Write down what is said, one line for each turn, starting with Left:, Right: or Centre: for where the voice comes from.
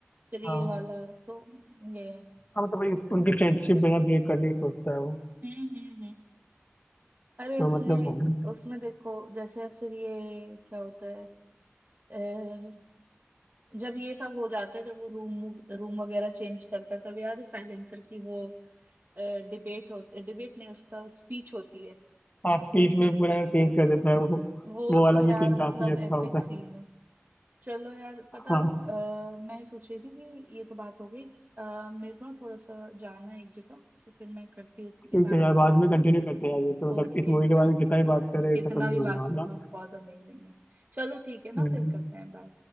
Right: फिर ये
Left: हाँ
Right: वाला तो ये है
Left: हाँ मतलब इस- उनकी फ्रेंडशिप बिना ब्रेक करने की सोचता है वो
Right: हम्म हम्म हम्म अरे
Left: तो
Right: उसमें
Left: मतलब हम-
Right: उसमें देखो जैसे फिर ये क्या होता है अ, जब ये सब हो जाता है जब वो रूम रूम वगैरह चेंज करता है तब याद है साइलेंसर की वो डिबेट होती डिबेट नहीं उसका स्पीच होती है
Left: हाँ स्पीच में पूरा चेंज कर देता है वो
Right: वो
Left: वो वाला
Right: तो यार
Left: भी सीन काफी
Right: मतलब
Left: अच्छा
Right: एपिक
Left: होता
Right: सीन
Left: है
Right: है चलो यार पता
Left: हाँ
Right: अ, मैं सोच रही थी कि ये तो बात हो गई अ, मेरे को ना थोड़ा सा जाना है एक जगह तो फिर मैं करती हूँ ठीक
Left: ठीक
Right: है बाद
Left: है
Right: में
Left: यार
Right: बात
Left: बाद
Right: करते
Left: में
Right: हैं।
Left: कंटिन्यू करते हैं यार ये तो मतलब
Right: ओके
Left: इस मूवी के
Right: यार
Left: बारे में कितना
Right: हाँ
Left: ही बात
Right: यार
Left: करें
Right: कितना
Left: खत्म नहीं
Right: भी
Left: होने
Right: बात
Left: वाला
Right: कर लो बहुत अमेजिंग है चलो ठीक है ना
Left: हम्म,
Right: फिर करते हैं Bye